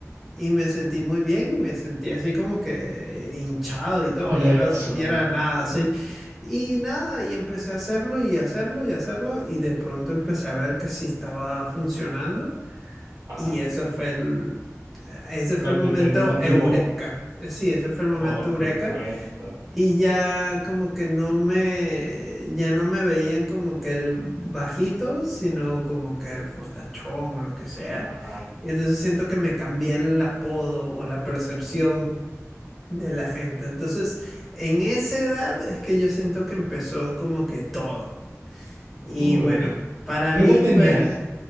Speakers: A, in the centre; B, on the right.
A: Y me sentí muy bien y me sentí así como que hinchado y todo,
B: Poderoso,
A: y era, s- y era
B: ¿no?
A: nada así. Y nada, y empecé a hacerlo y hacerlo y hacerlo, y de pronto empecé a ver que sí estaba funcionando.
B: Ajá,
A: Y ese fue el, ese fue
B: lo
A: el momento
B: que te motivó,
A: eureka. Sí, ese fue el momento
B: por supuesto.
A: eureka y ya como que no me, ya no me veían como que el bajito, sino como que el fortachón o lo que sea.
B: Ajá.
A: Y entonces siento que me cambié el apodo o la percepción de la gente. Entonces, en esa edad es que yo siento que empezó como que todo.
B: Uy,
A: Y bueno, para
B: ¿qué
A: mí
B: edad tenías?
A: fue,